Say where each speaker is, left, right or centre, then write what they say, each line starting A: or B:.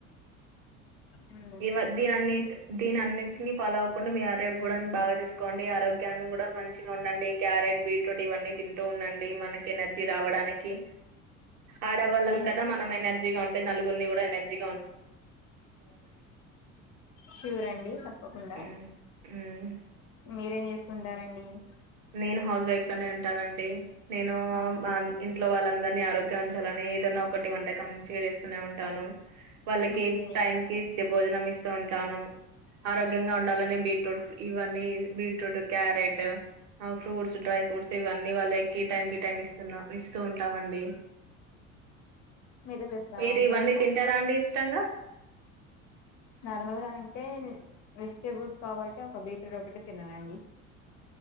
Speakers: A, on the left; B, on the right.
A: మ్మ్.
B: ఇవ దీని అన్ని దీని అన్నిటిని ఫాలో అవ్వకుండా మీ ఆరోగ్య కూడా బాగా చూసుకోండి ఆరోగ్యం కూడా మంచిగా ఉండండి క్యారెట్ బీట్రూట్ ఇవన్నీ తింటూ ఉండండి మనకి ఎనర్జీ రావడానికి ఆడవాళ్ళం
A: ఓకే
B: కదా మనం ఎనర్జీగా ఉంటే నలుగురిని కూడా రంజి
A: షూర్ అండి తప్పకుండా
B: మ్మ్
A: మీరేం చేస్తుంటారండి అ
B: నేను హౌస్ వైఫ్ గానే ఉంటానండి నేను
A: అవునా
B: మా ఇంట్లో వాళ్ళందరినీ ఆరోగ్యం ఉంచాలని ఏదన్నా ఒకటి వంటకం మంచిగా చేస్తూనే ఉంటాను వాళ్ళకి
A: ఓకే
B: టైం కి అతే భోజనం ఇస్తూ ఉంటాను ఆరోగ్యంగా ఉండాలని బీ బీట్రూట్ ఇవన్నీ బీట్రూట్ క్యారెట్ ఆ ఫ్రూట్స్ డ్రై ఫ్రూట్స్వన్నీ వాళ్ళ ఎక్కి టైం కి టైమ్ ఇస్తున్నాం ఇస్తూ ఉంటామండి
A: మీరు చేస్తారా
B: మీరు
A: అండి
B: ఇవన్నీ
A: వంట
B: తింటారా అండి ఇష్టంగా
A: నార్మల్ గా అంటే వెజిటేబుల్స్ కాబటి ఒక బీటర్ ఒకటి తినదండి